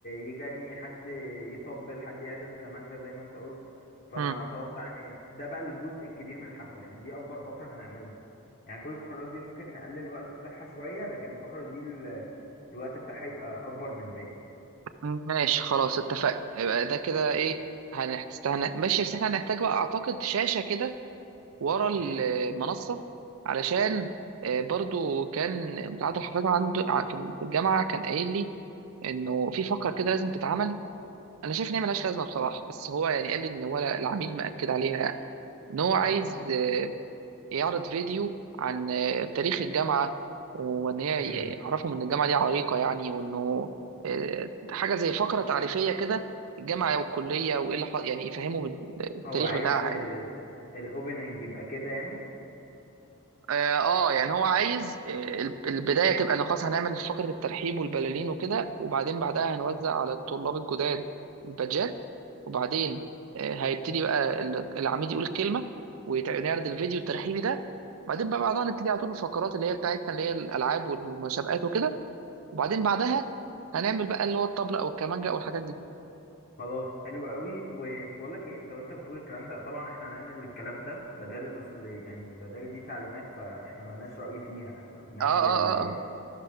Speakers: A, on the left; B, on the right.
A: يغني حد يطبل حد يعزف كمانجا زي ما انت قلت فانا
B: امم
A: اتوقع ان ده بقى الجزء الكبير من الحفلة يعني دي اكبر فقرة هنعملها يعني كل الفقرات دي ممكن نقلل الوقت بتاعها شوية لكن الفقرة دي ال- الوقت بتاعها يبقى اكبر من الباقي
B: ماشي خلاص اتفقنا يبقى ده كده ايه هنحتاج ماشي بس احنا هنحتاج بقى اعتقد شاشه كده ورا المنصه
A: امم
B: علشان آه، برضو كان متعدد الحفاظ عنده ع- في الجامعه كان قايل لي انه في فقره كده لازم تتعمل انا شايف ان هي ملهاش لازمه بصراحه بس هو يعني قال لي ان هو العميد مأكد عليها يعني ان هو عايز
A: اه
B: آه، يعرض فيديو عن آه، تاريخ الجامعة وإن هي
A: امم
B: يعرفهم إن الجامعة دي عريقة يعني وإنه آه، حاجة زي فقرة تعريفية كده الجامعة والكلية وإيه اللي ح- يعني يفهموا التاريخ
A: هو عايز
B: بتاعها يعني.
A: الاوبننج يبقى كده يعني
B: اه آه، يعني هو عايز آه، ال- البدايه تبقى انه خلاص هنعمل فقره الترحيب والبلالين وكده وبعدين بعدها هنوزع على الطلاب الجداد البادجات وبعدين آه، هيبتدي بقى ال- العميد يقول الكلمه ونعرض الفيديو الترحيبي ده بعدين بقى بعدها نبتدي على طول الفقرات اللي هي بتاعتنا اللي هي الالعاب والمسابقات وكده وبعدين بعدها هنعمل بقى اللي هو الطبله او الكمانجه او الحاجات دي
A: خلاص حلو قوي وبقولك ايه انت وانت بتقول الكلام ده طبعا احنا هنعمل الكلام ده بدل اصل يعني بدل دي تعليمات فاحنا ملناش رأي فيها احنا بنعمل
B: اه اه
A: ال...
B: اه